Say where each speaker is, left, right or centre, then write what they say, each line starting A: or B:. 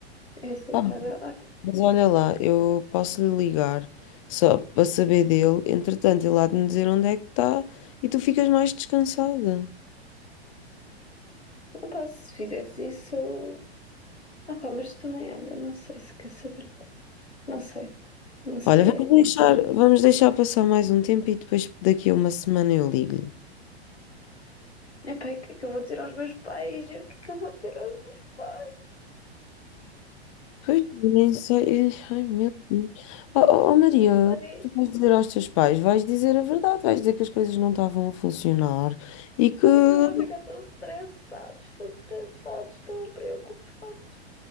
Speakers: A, on the left; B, on the left.
A: é aceitar.
B: Ah,
A: Ah,
B: mas olha lá, eu posso lhe ligar só para saber dele, entretanto ele há de me dizer onde é que está e tu ficas mais descansada.
A: opa, se fizesse isso, ah, pá, mas também, olha, não sei se quer saber, não sei, não sei,
B: Olha, vamos deixar,
A: é.
B: vamos deixar passar mais um tempo e depois daqui a uma semana eu ligo-lhe.
A: Epá, e o que é que eu vou dizer aos meus pais? E O que é que eu vou dizer aos meus pais?
B: Pois, nem sei. eh, Ai, meu Deus. Oh, oh, oh, Maria,
A: Não sei.
B: o que tu vais dizer aos teus pais? Vais dizer a verdade, vais dizer que as coisas não estavam a funcionar e que
A: Ai,
B: eles
A: Eles vão ficar tão estressados, tão estressados, tão preocupados